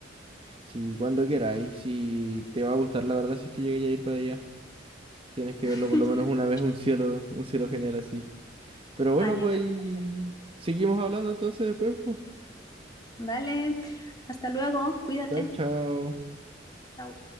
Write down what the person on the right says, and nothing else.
sí, cuando queráis, si te va a gustar, la verdad, si es que llegué a ir para allá, tienes que
verlo por lo menos una vez, un cielo, un cielo genial así. Pero bueno,
pues
ahí seguimos hablando entonces después, pues.
Chao, chao.